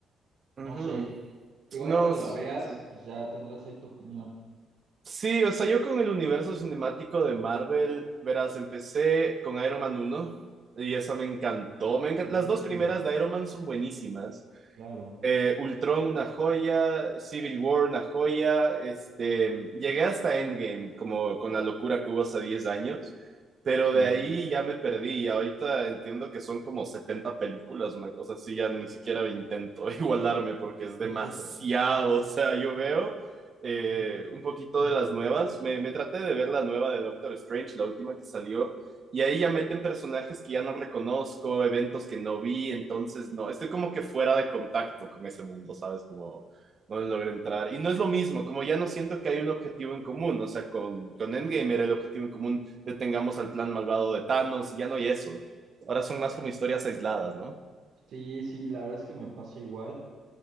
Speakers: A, on the right; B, on the right.
A: Ujú.
B: no sé. Digo,
A: No,
B: ahí cuando
A: sí,
B: la veas,
A: sí.
B: pues ya tendrás ahí tu opinión.
A: Sí, o sea, yo con el universo cinemático de Marvel, verás, empecé con Iron Man uno y esa me encantó. Me encan-
B: Buenísimo.
A: Las dos primeras de Iron Man son buenísimas.
B: Claro,
A: Eh, Ultron una joya, Civil War una joya, este, llegué hasta Endgame, como con la locura que hubo hace 10 años, pero
B: sí.
A: de ahí ya me perdí y ahorita entiendo que son como 70 películas, una cosa así, ya ni siquiera intento <laughs> igualarme porque es demasiado,
B: <laughs>
A: o sea, yo veo eh, un poquito de las nuevas, me, me traté de ver la nueva de Doctor Strange, la última que salió, y ahí ya meten personajes que ya no reconozco, eventos que no vi, entonces no, estoy como que fuera de contacto con ese mundo, ¿sabes? Como no logro entrar. Y no es lo mismo, como ya no siento que hay un objetivo en común, o sea, con, con Endgame era el objetivo en común, detengamos al plan malvado de Thanos, y ya no hay eso. Ahora son más como historias aisladas, ¿no?
B: Sí, sí, la verdad es que me pasa igual.